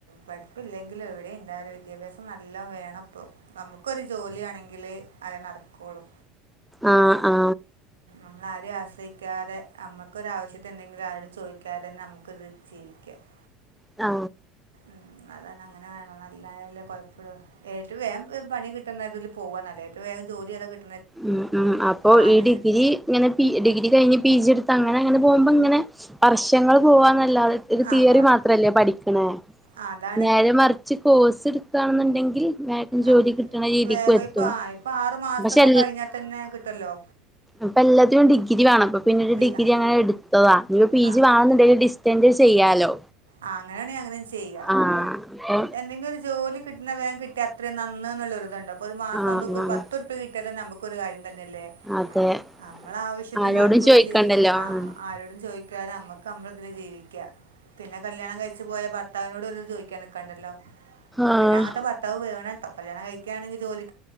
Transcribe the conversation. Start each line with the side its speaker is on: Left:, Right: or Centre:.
Right: പഠിപ്പില്ലെങ്കിലും എവിടെ ഇണ്ടാവൂല വിദ്യാഭ്യാസം നല്ലാം വേണപ്പം നമുക്കൊരു ജോലിവേണെങ്കില് അതെനടക്കൂള്ളു
Centre: ആ ആ
Right: ഇന്നാരിം ആശ്രയിക്കാതെ നമൊക്കൊരു ആവിശ്യത്തിണെങ്കിലും ആരോടും ചോയ്ക്കാതെ തന്നെ നമുക്കിന്ന് ജീവിക്കാം <inaudible>
Centre: ആ
Right: ഉം അതാണ് അങ്ങനെ വേണം നല്ല <unintelligible> കൊയപ്പോള്ളു ഏറ്റവും വേം പണി കിട്ടുന്നതിൽ പോവാ നല്ല <unintelligible> ജോലി <unintelligible>
Centre: ഉം ഉം അപ്പൊ
Right: ആ അതിൽ
Centre: ഈ ഡിഗ്രി ഇങ്ങനെ തീ ഡിഗ്രി കഴിഞ്ഞ് പി ജി എടുത്ത് അങ്ങനെ അങ്ങനെ പോകുമ്പോങ്ങനെ വർഷങ്ങള് പോവാന്നല്ലാതെ ത്ഇത്
Right: ആ
Centre: തിയറി
Right: ആ
Centre: മാത്രല്ലേ പഠിക്കണെ
Right: ആ അതാണ്
Centre: നേരെ മറിച്ച് കോഴ്സ് <unintelligible> ക്കാന്നുണ്ടെങ്കിൽ വേഗം ജോലി
Right: ആ
Centre: കിട്ടണ രീതിക്കും
Right: വേഗം
Centre: എത്തും
Right: ഇപ്പോൾ ആ ഇപ്പോൾ ആറ് മാസമൊക്കെ
Centre: പാശേ
Right: കഴിഞ്ഞാൽ തന്നെ കിട്ടല്ലോ
Centre: ഇപ്പം എല്ലാത്തിനും ഡിഗ്രി വേണം അപ്പ പിന്നൊരു
Right: ഡി
Centre: ഡിഗ്രി
Right: ആ
Centre: അങ്ങനെ എടുത്തതാ ഇപ്പം പി
Right: ആ
Centre: ജി വേണെന്നുണ്ടെങ്കില്
Right: ആ
Centre: ഡിസ്റ്റൻ എന്ത് ചെയ്യാലോ
Right: ആ അങ്ങനെയാണെങ്കി അങ്ങനിം ചെയ്യാ
Centre: ആഹ് അപ്പൊ
Right: എന്തെങ്കിലൊരു ജോലി കിട്ടണ വേം കിട്ടിയ അത്ര നന്ന് ഉള്ളൊരുതുണ്ട് അപ്പോ ഒരു മാസവുമ്പോക്
Centre: ആഹ്
Right: ഒരു
Centre: ആഹ്
Right: പത്തുർപ്യ കിട്ട്യാ തന്നെ നമുക്കൊ കാര്യ തന്നല്ലേ
Centre: അതെ
Right: നമ്മൾ ആവശ്യത്തി
Centre: ആരോടും
Right: നടക്കയും
Centre: ചോയിക്കണ്ടല്ലോ
Right: ചെയ് ആ
Centre: ആഹ്
Right: ആരോടും ചോയ് ക്ക നമുക്ക് നമ്മളതിൽ ജീവിക്ക പിന്നെ കല്യാണം കഴിച്ച് പോയാ ഭർത്താവിനോട് ഓരോന്ന് ചോയ്ക്കാൻ നിക്കാണ്ടല്ലോ.
Centre: ആഹ്
Right: പിന്നെ അങ്ങനത്തെ ഭർത്താവ് വേണംട്ടോ കല്യാണം കഴിക്കുകയാണെങ്കി ജോലി